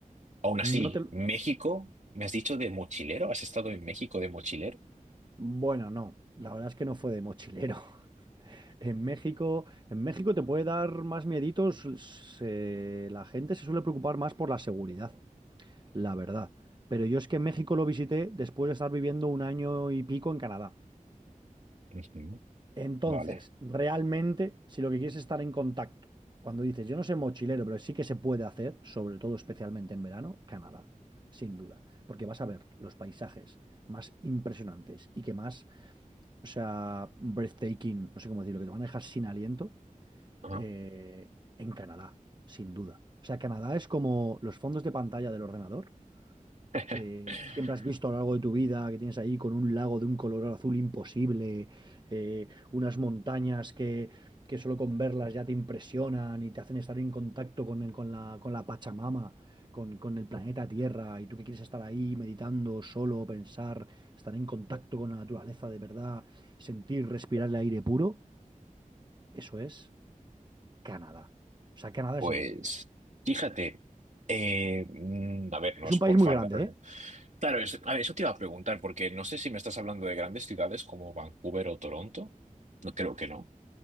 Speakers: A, on the right (about 60°); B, on the right (about 30°).
A: Aún
B: No
A: así,
B: te... lo-
A: México, ¿me has dicho de mochilero? ¿Has estado en México de mochilero?
B: Bueno, no. La verdad es que no fue de mochilero. <laughs> En México, en México te puede dar más mieditos. se- la gente se suele preocupar más por la seguridad. la verdad. Pero yo es que México lo visité después de estar viviendo un año y pico en Canadá.
A: Ujú,
B: Entonces,
A: Vale.
B: realmente, si lo que quieres es estar en contacto, cuando dices, yo no soy mochilero, pero sí que se puede hacer, sobre todo especialmente en verano, Canadá, sin duda, porque vas a ver los paisajes más impresionantes y que más, o sea, breathtaking, no sé cómo decirlo, que te van a dejar sin aliento,
A: Ajá.
B: eh, en Canadá, sin duda. O sea, Canadá es como los fondos de pantalla del ordenador
A: <laughs>
B: eh, siempre has visto a lo largo de tu vida, que tienes ahí con un lago de un color azul imposible, eh, unas montañas que, que solo con verlas ya te impresionan y te hacen estar en contacto con, el- con la, con la Pachamama, con, con el planeta Tierra, y tú que quieres estar ahí meditando, solo, pensar, estar en contacto con la naturaleza de verdad, sentir, respirar el aire puro, eso es Canadá. O sea, Canadá
A: Pues
B: es increíble.
A: fíjate, eh, mm, a ver, no
B: Es
A: es
B: un
A: por
B: país muy
A: fardar.
B: grande, ¿eh?
A: Claro, es- a ver, eso te iba a preguntar, porque no sé si me estás hablando de grandes ciudades como Vancouver o Toronto. No creo que no.